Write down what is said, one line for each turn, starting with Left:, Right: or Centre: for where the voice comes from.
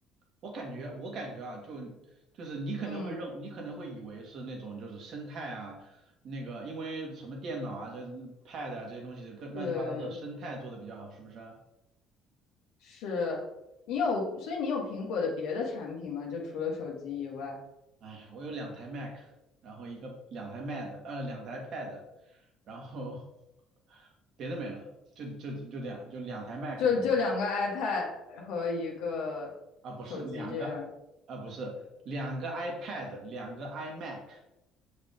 Right: 我感觉我感觉啊，就就是你可能会认，
Left: 嗯，
Right: 你可能会以为是那种就是生态啊，那个因为什么电脑啊、这 Pad 啊这些东西的各乱七八糟的生态做的比较好，
Left: 对，
Right: 是不是啊？
Left: 是，你有，所以你有苹果的别的产品吗？就除了手机以外。
Right: 哎，我有两台 Mac，然后一个两台 Mad，呃，两台 Pad，然后 <laughs> 别的没了，就就就这样，就两台 Mac
Left: 就就两个
Right: 两
Left: iPad 和一个
Right: 啊不是两个啊不是两个
Left: 手机这样。
Right: iPad，两个 iMac，